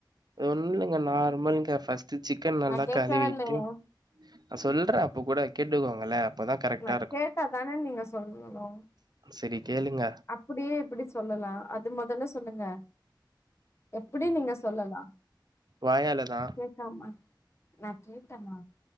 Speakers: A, on the right; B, on the left.
A: அது ஒன்னுலிங்க நார்மல்ங்க ப்ஸ்ட்டு சிக்கன் நல்லா
B: நா கேக்கவே
A: கழுவிட்டு
B: இல்லையே
A: நா சொல்றே இப்ப கூட கேட்டுக்கோங்களே அப்பதா கரெக்டா
B: நா கேட்ட தானே நீங்க சொல்லணு
A: சரி கேளுங்க
B: அப்படியே எப்படி சொல்லலா அது மொதல்ல சொல்லுங்க எப்படி நீங்க சொல்லலா
A: வாயால தா
B: கேகாம நா கேட்டனா